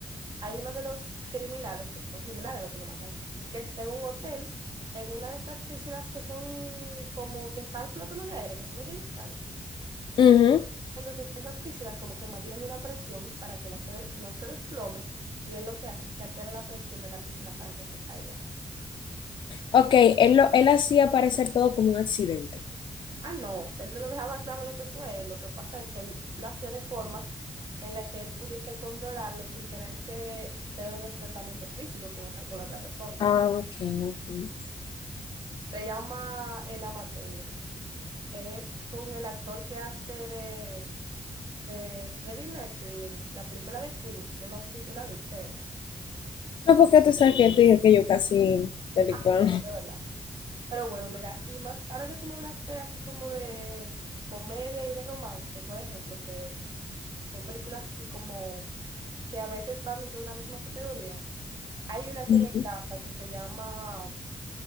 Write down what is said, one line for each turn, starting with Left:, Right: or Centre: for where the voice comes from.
Right: hay uno de los criminales, porque son criminales los que lo matan, que está en un hotel, en una de estas piscinas que son como que están flotando en el aire, que son de cristal.
Left: Ujú,
Right: Entonces, esas piscinas como que mantienen una presión para que no se, de- no se desplome, y él lo que hace es que altera la presión de la piscina para que se caiga.
Left: Ok, él, lo, él hacía parecer todo como un accidente.
Right: Ah, no, él lo dejaba claro de que fue él. Lo que pasa es que él lo hacía de formas en las que él pudiese controlarlo sin tener que tener un enfrentamiento físico con esa, con la otra persona.
Left: Ah, ok, ok.
Right: Se llama El Amateur. Es con el actor que hace de, de Freddie Mercury en la película de Queens. Yo no sé si tú la viste esa.
Left: No, porque tú sabes que yo te dije que yo casi película.
Right: Ah, sí, es de verdad. Pero bueno, mira, y más ahora que tú me hablaste así como de comedia y de romance, por ejemplo, que Son películas así como que a veces van dentro de una misma categoría. Hay una que
Left: Ujú.
Right: me encanta que se llama,